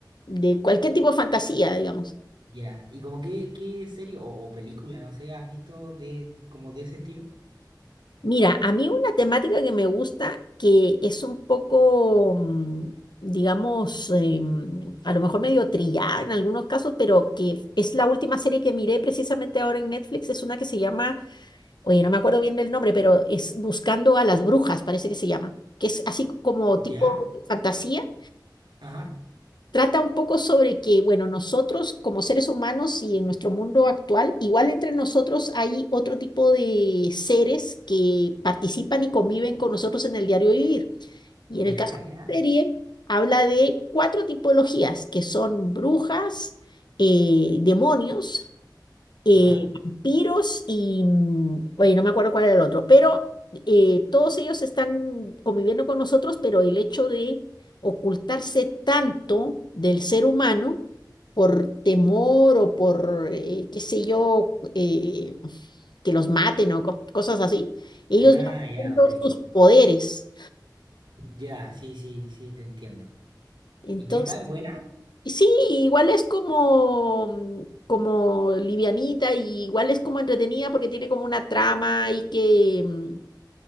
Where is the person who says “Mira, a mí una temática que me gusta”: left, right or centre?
Left